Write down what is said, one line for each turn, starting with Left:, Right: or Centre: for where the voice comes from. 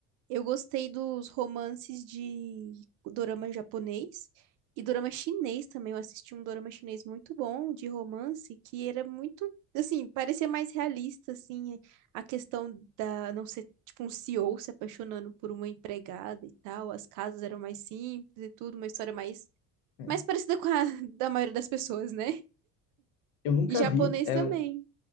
Right: Eu gostei dos romances de dorama japonês e dorama chinês também. Eu assisti um dorama chinês muito bom de romance que era muito, assim, parecia mais realista, assim, a questão da não ser tipo um CEO se apaixonando por uma empregada e tal. As casas eram mais simples e tudo, uma história mais
Left: né?
Right: mais parecida com a <laughs> da maioria das pessoas, né?
Left: Eu nunca
Right: E japonês
Left: vi, é,
Right: também.
Left: um